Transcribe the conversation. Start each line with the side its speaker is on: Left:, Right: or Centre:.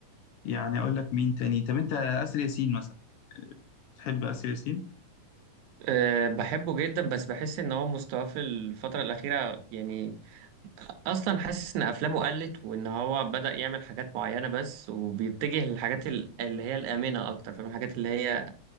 Left: يعني اقول لك مين تاني طب انت اسر ياسين مثلا أه، تحب اسر ياسين
Right: أه بحبه جدا بس بحس ان هو مستواه في الفترة الأخيرة يعني أصلا حاسس ان أفلامه قلت وان هو بدأ يعمل حاجات معينة بس وبيتجه للحاجات ال- اللي هي الآمنة أكتر فاهم الحاجات اللي هي